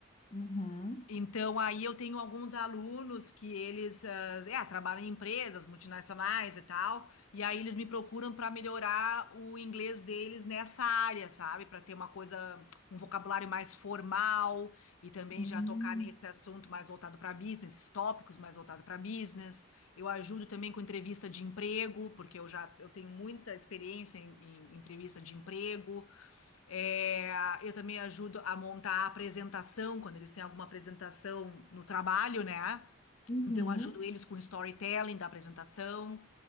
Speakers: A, on the left; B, on the left.
A: Uhum.
B: Então, aí eu tenho alguns alunos que eles ah, é, trabalham em empresas multinacionais e tal, e aí eles me procuram para melhorar o inglês deles nessa área, sabe? Para ter uma coisa, um vocabulário mais formal e também
A: Hum,
B: já tocar nesse assunto mais voltado para business, esses tópicos mais voltado para business. Eu ajudo também com entrevista de emprego, porque eu já eu tenho muita experiência em em entrevista de emprego. É, eu também ajudo a montar a apresentação, quando eles têm alguma apresentação no trabalho, né?
A: Uhum.
B: Então, eu ajudo eles com o storytelling da apresentação.